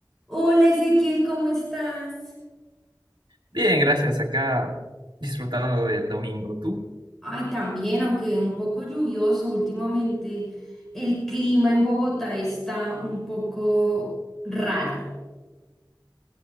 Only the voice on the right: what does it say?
Bien, gracias. Acá disfrutando del domingo. ¿Tú?